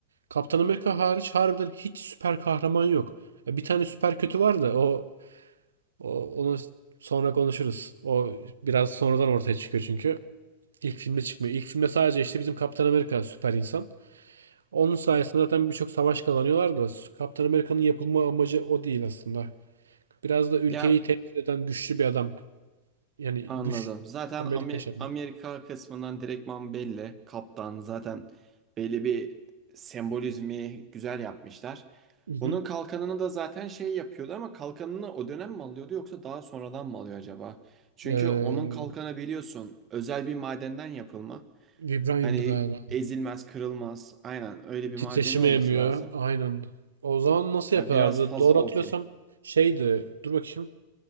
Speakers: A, on the right (about 65°); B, on the right (about 25°).
A: Kaptan Amerika hariç harbiden hiç süper kahraman yok. Ya Bir tane süper kötü var da o, o onu sonra konuşuruz. O biraz sonradan ortaya çıkıyor çünkü. İlk filme çıkmıyor. İlk filmde sadece işte bizim Kaptan Amerika süper insan. Onun sayesinde zaten birçok savaş kazanıyorlar da Kaptan Amerika'nın yapılma amacı o değil aslında. Biraz da ülkeyi
B: Ya
A: temsil eden güçlü bir adam. Yani
B: anladım.
A: güç
B: Zaten
A: Amerika
B: Ami-
A: şey yapmak.
B: Amerika kısmından direktman belli. Kaptan zaten belli bir sembolizmi güzel yapmışlar.
A: Hı hı.
B: Bunun kalkanını da zaten şey yapıyordu ama kalkanını o dönem mi alıyordu yoksa daha sonradan mı alıyor acaba? Çünkü
A: Ee,
B: onun kalkanı biliyorsun özel bir madenden yapılma.
A: vibranyumdu
B: Hani
A: galiba.
B: ezilmez, kırılmaz. Aynen öyle bir
A: Titreşimi
B: madeni olması
A: emiyor.
B: lazım.
A: Aynen. O zaman nasıl
B: Ya
A: yapıyorlardı?
B: biraz fazla
A: Doğru
B: OP.
A: hatırlıyorsam şeydi. Dur bakayım.